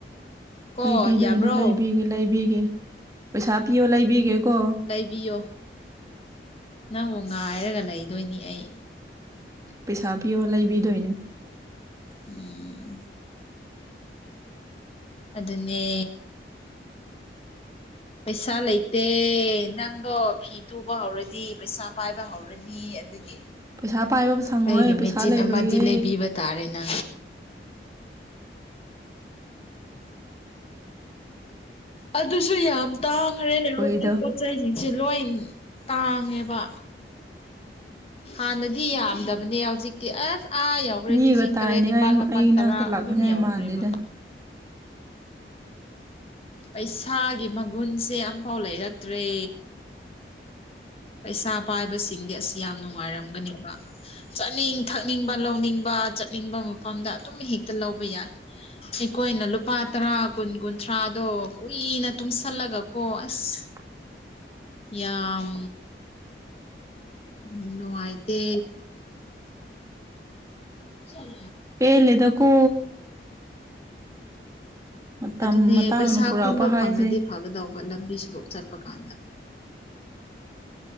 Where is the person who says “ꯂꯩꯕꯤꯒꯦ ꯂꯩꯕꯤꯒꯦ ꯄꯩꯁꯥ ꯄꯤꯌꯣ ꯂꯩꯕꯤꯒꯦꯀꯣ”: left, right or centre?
Right